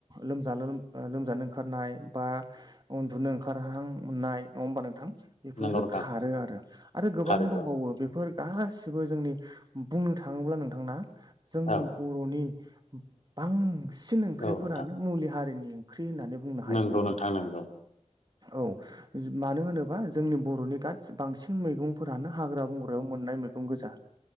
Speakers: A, on the right (about 35°); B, on the left (about 70°).
A: लोमजा लोमजानो ओंखारनाय बा उन्दुनो ओंखारहां मोननाय नङा होमबा नोंथां। बेफोरो
B: नंगौ नोंथां
A: खारो आरो आरो गोबां
B: थारो
A: दंबावो
B: औ
A: बेफोर गासिबो जोंनि बुंनो थाङोब्ला नोंथांना जोंनि
B: औ
A: बर'नि बांसिन ओंख्रिफोरानो
B: औ नोंथां
A: मुलि हारिनि ओंख्रि होननानै बुंनो हायो
B: नंगौ
A: जों नोंथां।
B: नंगौ
A: औ मानो होनोबा जोंनि बर'नि गाद बांसिन मैगं फोरानो हाग्रा बंग्रायाव मोननाय मैगं गोजा